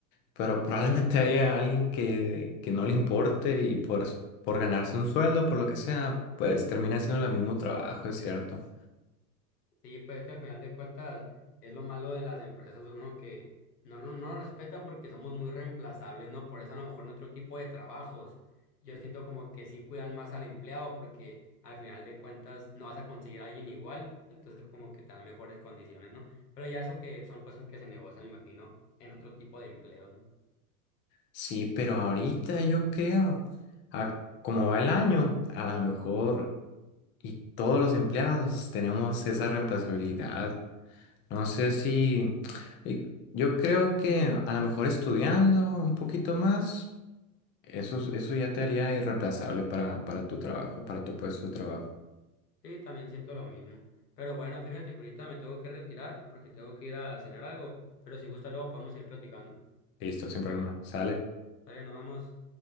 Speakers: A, on the left; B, on the left.
A: pero <laughs> probablemente haya alguien que, que no le importe y por, por ganarse un sueldo, por lo que sea, pues termina haciendo el mismo trabajo, es cierto.
B: Sí, pues que al final de cuentas es lo malo de las empresas, uno que no lo no lo respetan porque somos muy reemplazables, ¿no? Por eso a lo mejor en otro tipo de trabajos yo siento como que sí cuidan más al empleado porque al final de cuentas no vas a conseguir a alguien igual, entonces como que te dan mejores condiciones, ¿no? Pero ya eso que son cosas que se negocian, me imagino, en otro tipo de empleo, no
A: Sí, pero ahorita yo creo, a, como va el año, a lo mejor y todos los empleados tenemos esa reemplazabilidad. No sé si... y Yo creo que a lo mejor estudiando un poquito más, eso, eso ya te haría irreemplazable para, para tu trabajo, para tu puesto de trabajo.
B: Sí, también siento lo mismo. Pero bueno, fíjate que ahorita me tengo que retirar porque tengo que ir a cenar algo. Pero si gusta, luego podemos ir platicando.
A: Listo, sin problema. Sale.
B: Está bien, nos vamos.